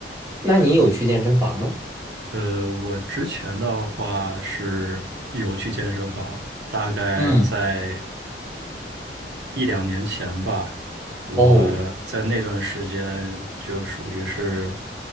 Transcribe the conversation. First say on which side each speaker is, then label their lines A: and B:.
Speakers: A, on the right; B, on the right.
A: 那你有去健身房吗？
B: 嗯，呃，我之前的话是有去健身房，大概在
A: 嗯
B: 一两年前吧，我在那段时间就属于是，
A: 哦，